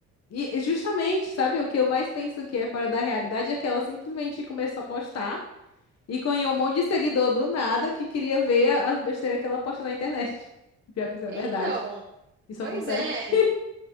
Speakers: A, on the left; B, on the right.
A: E e justamente, sabe, o que eu mais penso que é fora da realidade é que ela simplesmente começou a postar e ganhou um monte de seguidor do nada que queria ver a- as besteiras que ela posta na internet. <laughs> Pior que isso é
B: Então,
A: verdade. Isso
B: pois
A: acontece.
B: é.